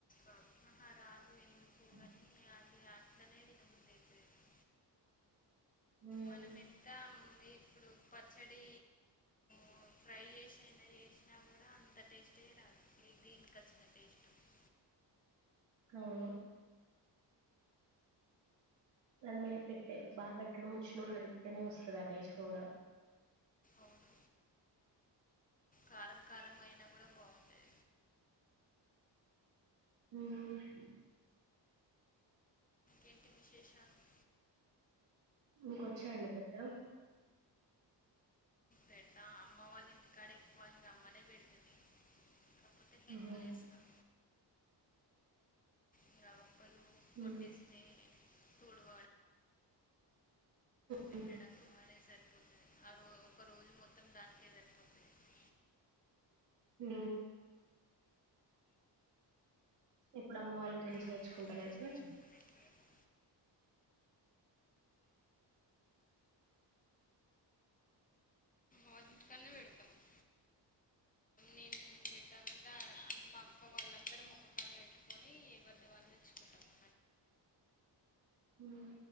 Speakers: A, on the left; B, on the right.
A: ఆహా రాదు ఎందుకు
B: అ <inaudible>
A: అని అది అట్లనే తినబుద్ధి అయితది
B: ఉమ్,
A: మనం ఎంత మ్, ఇప్పుడు పచ్చడి కోమ్ ఫ్రై చేసి ఏదైనా చేసినా కూడా అంత టేస్టే రాదు. వీటి కచ్చిన టేస్టు
B: అవును దాని మళ్ళీ పెట్టే బాగా పెట్టడం మొచ్చినోళ్ళు కలిపితేనే వస్తదట ఆ టేస్ట్ గూడా
A: అవును కారం కారం అయినా కూడా బాగుంటది
B: హ్మ్
A: ఇంకేంటి విశేషాలు మ్,
B: మీకొచ్చా అండి పెట్టడం.
A: పెడతా అమ్మ వాళ్ళ ఇంటికాడ ఎక్కువ ఇంక అమ్మనే పెడుతది కాకపోతే హెల్ప్
B: ఉహు
A: చేస్తాం ఇంకా ఒక్కళ్ళు
B: ఉమ్
A: కొట్టిస్తే తుడవడము పెట్టడము అదే
B: ఉఉ
A: సరిపోతది ఆ రో ఒక రోజు మొత్తం దానికే సరిపోతది ఇప్పుడు
B: ఊ ఇప్పుడమ్మ వాళ్ళ ఇంట్లనుంచే
A: అమ్మ
B: తెచ్చుకుంటరు
A: వాళ్ళ ఇంటికాంచి
B: అయితే
A: తెచ్చుకుంటారు అయితే వాళ్ళ ఇంటికన్నే పెడతాం ఇంకా నేను పెట్టాలంటే మా అక్క వాళ్ళందరం ఒక్కకన్నే పెట్టుకొని ఎవరిది వాళ్ళు తెచ్చుకుంటాం
B: ఊమ్